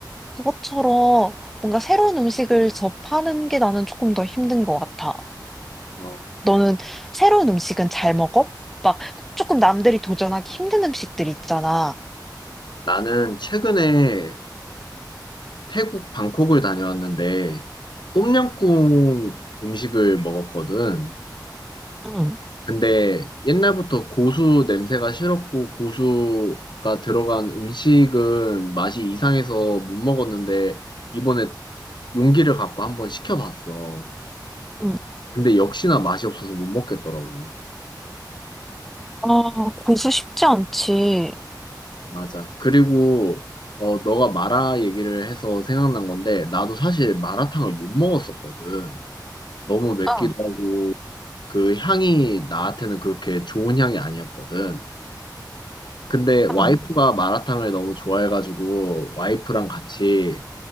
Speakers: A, in the centre; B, on the left.
A: 그것처럼 뭔가 새로운 음식을 접하는 게 나는 조금 더 힘든 것 같아.
B: 어,
A: 너는 새로운 음식은 잘 먹어? 막 조금 남들이 도전하기 힘든 음식들 있잖아.
B: 나는 최근에 태국 방콕을 다녀왔는데 똠양꿍 음식을 먹었거든.
A: 응, 응.
B: 근데 옛날부터 고수 냄새가 싫었고 고수가 들어간 음식은 맛이 이상해서 못 먹었는데 이번에 용기를 갖고 한번 시켜봤어.
A: 응.
B: 근데 역시나 맛이 없어서 못 먹겠더라고.
A: 아, 고수 쉽지 않지.
B: 맞아. 그리고 어, 너가 마라 얘기를 해서 생각난 건데 나도 사실 마라탕을 못 먹었었거든. 너무 맵기도
A: 응,
B: 하고 그 향이 나한테는 그렇게 좋은 향이 아니었거든. 근데 와이프가
A: 응.
B: 마라탕을 너무 좋아해가지고 와이프랑 같이